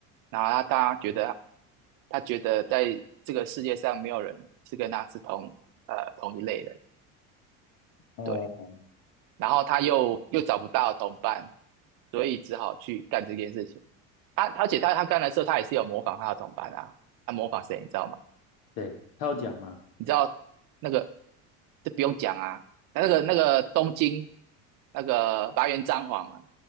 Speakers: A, on the right (about 55°); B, on the left (about 60°).
A: 然后他他觉得他觉得在这个世界上没有人是跟他是同呃同一类人，
B: 哦，
A: 对。然后他又又找不到同伴，所以只好去干这件事情。他而且他他干的时候，他也是有模仿他的同伴啊，他模仿谁你知道吗？
B: 对，他有讲吗？
A: 你知道那个这不用讲啊，他那个那个东京那个白猿张皇啊，